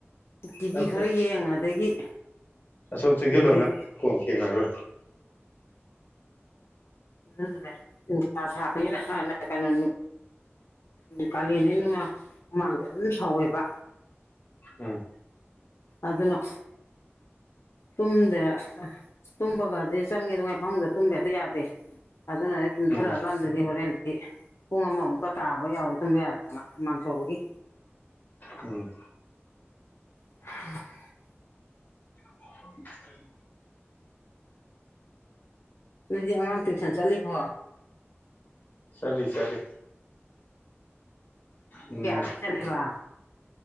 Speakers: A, on the left; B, on the left.
A: ꯇꯤꯚꯤ
B: ꯅꯪ
A: ꯈꯔ ꯌꯦꯡ ꯑꯗꯒꯤ
B: ꯑꯁꯣꯝ ꯆꯤꯡꯁꯤꯜꯂꯣꯅ
A: ꯑꯗꯩ
B: ꯀꯣꯟ ꯊꯦꯡꯉꯔꯣꯏ
A: ꯎꯝ ꯅꯨꯡꯁ ꯁꯥꯕꯅꯤꯅ ꯀꯩꯅꯣ ꯀꯥꯂꯦꯟꯅꯤ ꯅꯪꯅ ꯍꯨꯃꯥꯡꯁꯦ ꯑꯗꯨꯝ ꯁꯥꯎꯋꯦꯕ
B: ꯎꯝ
A: ꯑꯗꯨꯅ ꯇꯨꯝꯗꯦ ꯇꯨꯝꯕꯒꯗꯤ ꯆꯪꯉꯦꯗꯨꯉꯥꯏ ꯐꯃꯨꯡꯗ ꯇꯨꯝꯕꯍꯦꯛꯇ ꯌꯥꯗꯦ ꯑꯗꯨ ꯅꯍꯦꯛ ꯇꯨꯝꯊꯔ
B: ꯎꯝ
A: ꯀꯥꯟꯗꯗꯤꯍꯣꯔꯦꯟ ꯄꯨꯡ ꯑꯃꯃꯨꯛꯀ ꯇꯥꯕ ꯌꯥꯎꯋꯤ ꯇꯨꯝꯕ ꯌꯥꯗꯗꯅ ꯃꯥꯡꯆꯧꯕꯒꯤ
B: ꯎꯝ
A: <unintelligible>
B: <unintelligible>
A: ꯅꯣꯏꯗꯤ ꯑꯉꯥꯡ ꯇ꯭ꯨꯁꯟ ꯆꯠꯂꯤꯕꯣ
B: ꯆꯠꯂꯤ ꯆꯠꯂꯤ
A: ꯄꯨꯡ
B: ꯎꯝ
A: ꯀꯌꯥꯗꯩ ꯆꯠꯂꯤꯕ